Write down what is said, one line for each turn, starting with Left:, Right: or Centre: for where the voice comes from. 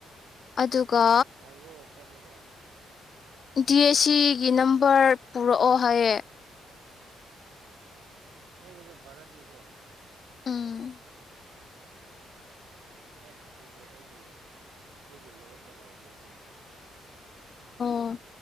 Left: ꯑꯗꯨꯒ
Right: ꯍꯪꯉꯣ ꯆꯠꯂꯒ
Left: ꯗꯤ ꯑꯦꯁ ꯁꯤꯒꯤ ꯅꯝꯕꯔ ꯄꯨꯔꯛꯑꯣ ꯍꯥꯏꯌꯦꯦ
Right: ꯎꯝ ꯅꯪ ꯑꯗꯨ ꯔꯠꯅꯤꯒꯣ
Left: ꯎꯝ
Right: ꯑꯩ ꯍꯪꯕꯤꯒꯦ ꯑꯩꯒꯤ ꯑꯩꯒꯤ ꯃꯔꯨꯞ ꯑꯃ ꯂꯩꯕꯅꯦ ꯑꯗꯨ
Left: ꯑꯣ